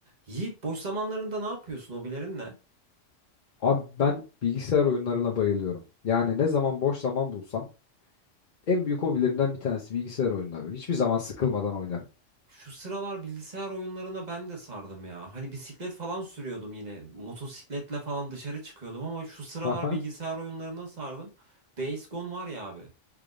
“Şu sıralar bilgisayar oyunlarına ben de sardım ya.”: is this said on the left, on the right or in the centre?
Right